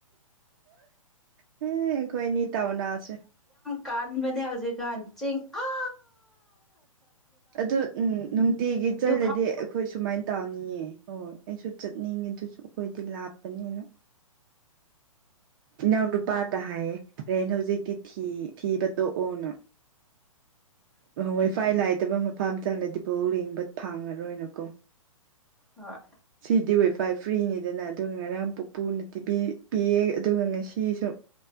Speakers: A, on the right (about 35°); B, in the centre.
A: ꯍ ꯈꯣꯏꯅꯤ ꯇꯑꯣꯅ ꯑꯁꯦ
B: ꯀꯥꯟ ꯃꯅꯦ ꯍꯧꯖꯤꯛ ꯀꯥꯟ ꯆꯤꯡ ꯑ
A: ꯑꯗꯨ ꯅꯨꯡꯇꯤꯒꯤ ꯆꯜꯂꯗꯤ
B: ꯐꯥꯎ
A: ꯑꯩꯈꯣꯏ ꯁꯨꯃꯥꯏ ꯇꯥꯎꯅꯤꯌꯦ ꯍꯣꯏꯣꯏ ꯑꯩꯁꯨ ꯆꯠꯅꯤꯡꯉꯦ ꯑꯗꯨꯁꯨ ꯑꯩꯈꯣꯏꯗꯤ ꯂꯥꯞꯄꯅꯦꯅ ꯏꯅꯥꯎ ꯅꯨꯄꯥꯗ ꯍꯥꯏꯌꯦ ꯔꯦꯟ ꯍꯧꯖꯤꯛꯇꯤ ꯊꯤꯕ ꯇꯣꯛꯑꯣꯅ ꯋꯥꯏꯐꯥꯏ ꯂꯥꯏꯇꯕ ꯃꯐꯝ ꯑꯃ ꯆꯂꯗꯤ ꯕꯧ ꯂꯦꯡꯕ ꯐꯥꯡꯉꯔꯣꯏꯅꯀꯣ
B: ꯍꯣꯏ
A: ꯁꯤꯗꯤ ꯑꯣꯏ ꯎꯚꯥꯏ ꯐ꯭ꯔꯤꯅꯤꯗꯅ ꯑꯗꯨꯒ ꯉꯔꯥꯡ ꯄꯨꯄꯨꯅ ꯇꯤꯕꯤ ꯄꯤꯌꯦ ꯑꯗꯨꯒ ꯉꯁꯤꯁꯨ